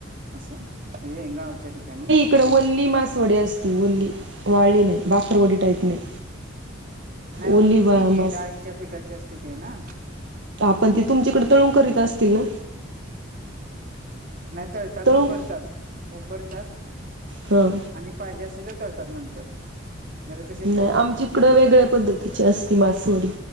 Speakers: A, on the right; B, on the right.
A: असं म्हणजे गावच्या ठिकाणी
B: इकडे वल्ली मासवडी असते वल्ली वाली नाही बाकररवडी टाईप नाही
A: नाही
B: ओली
A: ओलीच
B: बा
A: किती
B: मास
A: डाळीच्या पिठाची असते ते ना
B: आपण ते तुमच्याकडे तळून करीत असतील ना
A: नाही तळतात
B: तळून
A: उकडतात उकडतात
B: हा
A: आणि पाहिजे अस तर तळतात नंतर तर तसेच
B: नाही
A: ठेवतात
B: आमच्या
A: ते
B: इकडं वेगळ्या पद्धती अस माोडी